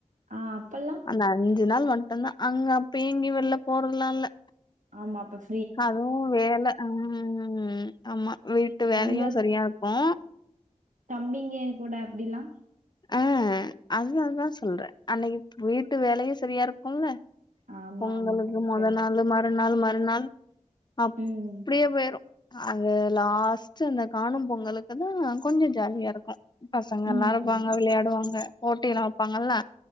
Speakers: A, on the right; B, on the left.
A: ஆ அப்பல்லா
B: அந்த அஞ்சு நாள் மட்டுந்தா அங்க அப்ப எங்கியு வெள்ல போறதுலா இல்ல
A: ஆமா அப்பச்
B: அதுவு வேல ம் ஆமா வீட்டு வேலையு
A: உங்க
B: சரியாக்கு
A: தம்பிங்க கூட அப்டிலா
B: அ அதுனால்தா சொல்றே அன்னைகிப் பீட்டு வேலையு செரியாருக்கு இல்ல
A: ஆமா
B: பொங்கலுக்கு
A: ஆமா கரெக்ட்டு
B: மொதநாளு மறுநாள் மறுநாள் அப்டியே
A: ம்
B: போயிரு அது லாஸ்ட்டு அந்த காணும் பொங்கலுக்குதா கொஞ்ச ஜாலியாருக்கு பசங்களாருப்பாங்க
A: ம்
B: விளையாடுவாங்க போட்டிலா வெப்பாங்கள்ல